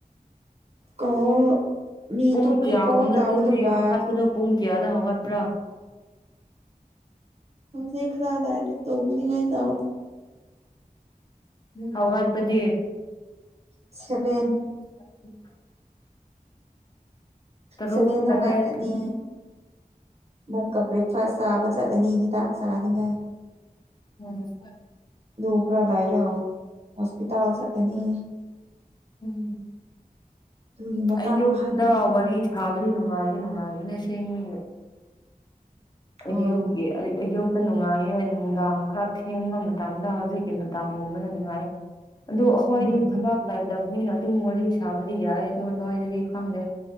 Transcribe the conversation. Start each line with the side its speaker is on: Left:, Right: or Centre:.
Right: ꯀꯣꯜ ꯃꯤ
Left: ꯄꯨꯡ
Right: ꯑꯇꯣꯞꯄꯗ
Left: ꯀꯌꯥꯒꯣꯝꯗ
Right: ꯀꯣꯜ ꯇꯧꯕꯗꯣ
Left: ꯇꯨꯝꯂ
Right: ꯋꯥꯕꯗꯣ
Left: ꯍꯧꯒꯠꯄꯗꯣ ꯄꯨꯡ ꯀꯌꯥꯗ ꯍꯧꯒꯠꯄ꯭ꯔꯥ
Right: ꯍꯧꯁ ꯈꯔꯥ ꯂꯗꯤ ꯇꯨꯝ ꯇ
Left: ꯍꯒꯠꯄꯇ
Right: ꯁꯚꯦꯟ
Left: ꯍ ꯇꯔꯨꯛ
Right: ꯁꯕꯦꯟ ꯅꯧꯒꯅꯤ
Left: ꯇꯔꯦꯠ
Right: ꯅꯨꯛꯀ ꯕ꯭ꯔꯦꯛꯐꯥꯁ ꯆꯥꯕ ꯆꯥꯗꯅꯤ ꯍꯤꯗꯥꯛ ꯆꯥꯅꯤꯉꯥꯏ
Left: ꯎꯝ
Right: ꯂꯙꯒ꯭ꯔꯥ ꯂꯥꯏꯔ ꯍꯁꯄꯤꯇꯥꯜꯁ ꯑꯅꯤ
Left: ꯎꯝ
Right: ꯑꯗꯨꯒꯤ ꯃꯇꯝ
Left: ꯑꯌꯨꯛꯇ
Right: ꯐꯪꯗꯦ
Left: ꯋꯥꯔꯤ ꯁꯥꯕꯗꯤ ꯅꯨꯡꯉꯥꯏꯗꯤ ꯅꯨꯡꯉꯥꯏꯒꯤꯅꯦ ꯁꯦꯡꯅꯤ ꯑꯗꯨ
Right: ꯑꯣ
Left: ꯌꯒꯦ ꯑ ꯑꯌꯨꯛꯇ ꯅꯨꯡꯉꯥꯏꯌꯦ ꯅꯨꯡꯗꯥꯡ ꯈꯔ ꯊꯦꯡꯕ ꯃꯇꯝꯗ ꯍꯧꯖꯤꯛꯀꯤ ꯃꯇꯝꯒꯨꯝꯕꯗ ꯅꯨꯡꯉꯥꯏ
Right: <inaudible>
Left: ꯑꯗꯨ ꯑꯩꯈꯣꯏꯗꯤ
Right: ꯎꯝ
Left: ꯊꯕꯥꯛ ꯂꯩꯗꯕꯅꯤꯅ ꯑꯗꯨꯝ ꯋꯥꯔꯤ ꯁꯥꯕꯗꯤ ꯌꯥꯏ ꯑꯗꯣ ꯅꯣꯏꯗꯗꯤ ꯈꯪꯗꯦ